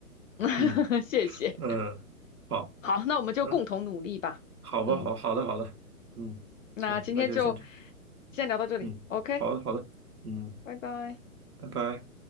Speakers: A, on the left; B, on the right.
A: <laughs>
B: 嗯。
A: 谢谢。
B: 嗯，好，
A: 好，那我们就共同努力吧。
B: 嗯，好吧，
A: 嗯，
B: 好，好的，好的，嗯，
A: 那今天就
B: 行，那就先这，样，
A: 先聊到这里，OK，
B: 嗯，好的，好的，嗯，
A: 拜拜。
B: 拜拜。